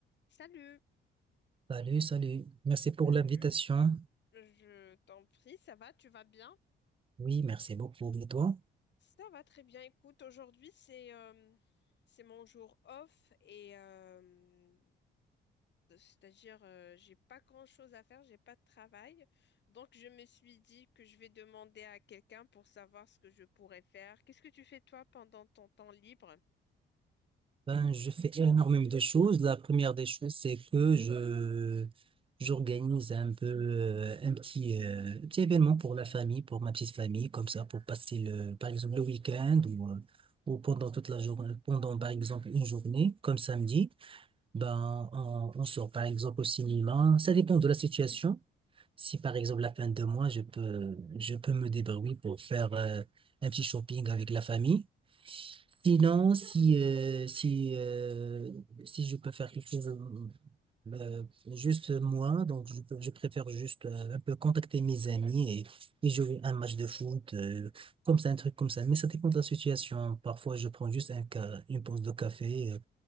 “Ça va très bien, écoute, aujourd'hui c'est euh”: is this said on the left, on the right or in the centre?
Left